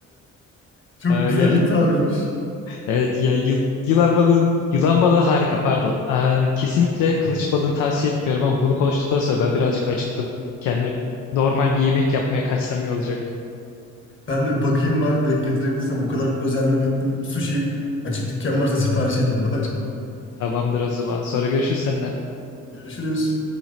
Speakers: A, on the left (about 40°); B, on the left (about 85°).
A: Çok
B: Ee, yani
A: güzel bir tabirmiş.
B: evet ya yıl, yılan balığın yılan balığı harika pardon. Ee, kesinlikle kılıç
A: Hı
B: balığını tavsiye etmiyorum ama bunu konuştuktan sonra ben birazcık acıktım. Kendime normal bir yemek yapmaya kaçsam iyi olacak.
A: Ben de bakayım bari denk getirebilirsem. O kadar özendim ettim. Sushi açık dükkan varsa sipariş edeyim bari.
B: Tamamdır o zaman. Sonra görüşürüz seninle.
A: Görüşürüz.